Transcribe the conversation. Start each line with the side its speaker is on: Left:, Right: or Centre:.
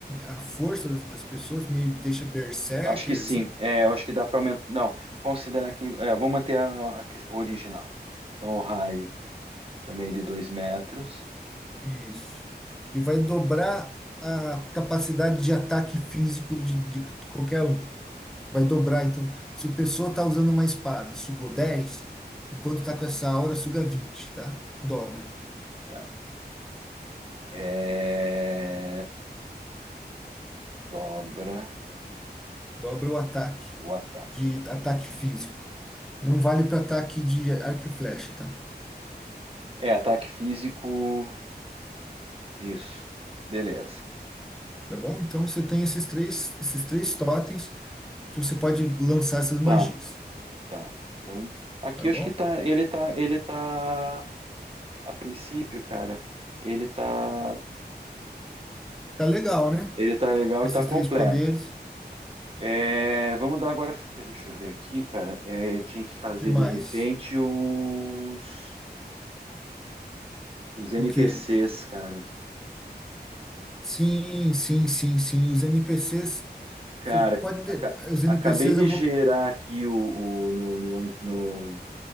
Centre: a, a força das, das pessoas, meio deixa berserker,
Right: Acho que sim.
Centre: assim?
Right: É, eu acho que dá para aumentar. Não, considerar que. É, vou manter a, a que- o original. Então, o raio também de dois metros.
Centre: Isso. E vai dobrar a capacidade de ataque físico de, de qualquer um. Vai dobrar, então. Se o pessoa tá usando uma espada, sugou 10 enquanto tá com essa aura, suga vinte tá? Dobra.
Right: É, Tá. É, dobra
Centre: Dobra o ataque
Right: o ataque.
Centre: de ataque físico. Não vale para ataque de arco e flecha, tá?
Right: É, ataque físico. Isso. Beleza.
Centre: Tá bom? Então você tem esses três, esses três totens que você pode lançar essas magias,
Right: Tá, tá. Então, aqui
Centre: tá
Right: eu
Centre: bom?
Right: acho que tá. Ele tá. Ele tá. A princípio, cara, ele tá,
Centre: Tá legal, né?
Right: ele tá legal
Centre: Esses
Right: e tá completo.
Centre: três poderes. O
Right: É, vamos dar agora. Deixa eu ver aqui, cara. É, tinha que fazer
Centre: Que mais?
Right: de repente os, os NPCs,
Centre: O quê?
Right: cara.
Centre: Sim, sim, sim, sim. Os NPCs,
Right: Cara,
Centre: você pode
Right: aca-
Centre: de- os NPCs
Right: acabei de
Centre: eu
Right: gerar
Centre: vou
Right: aqui o, o- no, no, no-